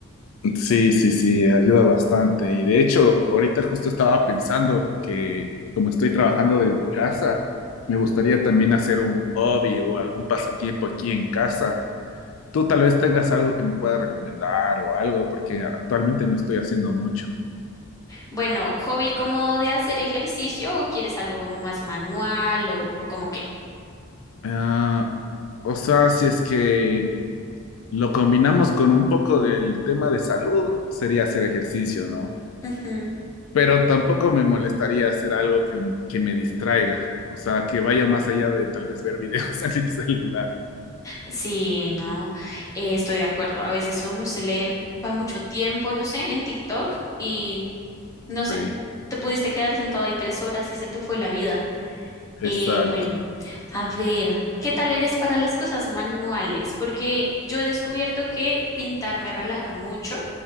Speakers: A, on the left; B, on the left.
A: Sí, sí, sí, ayuda bastante. Y de hecho, ahorita justo estaba pensando que como estoy trabajando desde casa, me gustaría también hacer un hobby o algún pasatiempo aquí en casa. Tú tal vez tengas algo que me pueda recomendar o algo, porque actualmente no estoy haciendo mucho.
B: Bueno, ¿hobby como de hacer ejercicio o quieres algo como más manual o, o como qué?
A: Ah, o sea, si es que lo combinamos con un poco del tema de salud, sería hacer ejercicio, ¿no?
B: Ujú.
A: Pero tampoco me molestaría hacer algo que, que me distraiga, o sea, que vaya más allá de tal vez ver videos <laughs> en el celular.
B: Sí, no, eh, estoy de acuerdo. A veces a uno se le va mucho tiempo, no sé, en TikTok y no sé,
A: Sí,
B: te pudiste quedar sentado ahí tres horas y se te fue la vida.
A: exacto,
B: Eh, bueno. A ver, ¿qué tal eres para las cosas manuales? Porque yo he descubierto que pintar me relaja mucho